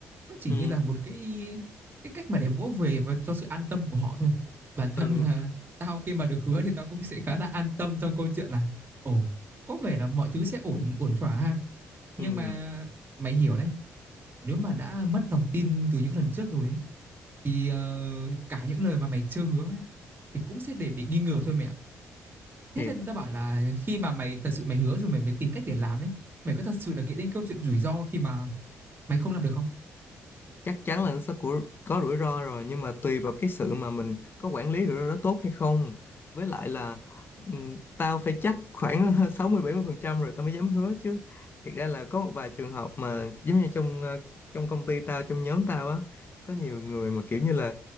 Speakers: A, on the right; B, on the left.
A: nó chỉ
B: ừ
A: như là một cái cái cách mà để vỗ về và cho sự an tâm của họ thôi. Bản thân
B: ừ
A: là tao khi mà được hứa thì tao cũng sẽ khá là an tâm trong câu chuyện là ồ có vẻ là mọi thứ sẽ ổn ổn thỏa ha. Nhưng
B: ừ
A: mà mày hiểu đấy nếu mà đã mất lòng tin từ những lần trước rồi ấy, thì ờ, cả những lời mà mày chưa hứa ấy, thì cũng sẽ để bị nghi ngờ thôi mẹ ạ. Thế
B: thì
A: nên người ta bảo là khi mà mày thật sự mày hứa rồi mày mới tìm cách để làm ấy, mày có thật sự là nghĩ đến câu chuyện rủi ro khi mà mày không làm được không?
B: chắc chắn là nó sẽ của, có rủi ro rồi nhưng mà tùy vào cái sự mà mình có quản lý rủi ro đó tốt hay không với lại là ừm, tao phải chắc khoảng <laughs> sáu mươi mươi bảy mươi phần trăm rồi tao mới dám hứa chứ thiệt ra là có một vài trường hợp mà giống như trong ờ, trong công ty tao trong nhóm tao á có nhiều người mà kiểu như là